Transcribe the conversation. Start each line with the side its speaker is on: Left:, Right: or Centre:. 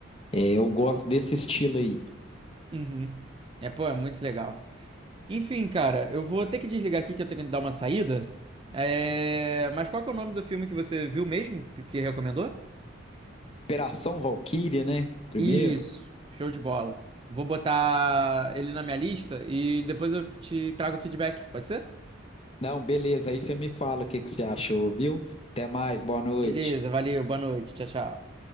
Left: É, eu gosto desse estilo aí.
Right: Uhum. É, pô, é muito legal. Enfim, cara, eu vou ter que desligar aqui que eu tenho que dar uma saída. É... Mas qual que é o nome do filme que você viu mesmo, que recomendou?
Left: Operação Valkyria, né, primeiro?
Right: Isso, show de bola. Vou botar ele na minha lista e depois eu te trago o feedback, pode ser?
Left: Não, beleza, aí você me fala o que que você achou, viu? Até mais, boa noite.
Right: Beleza, valeu, boa noite, tchau, tchau.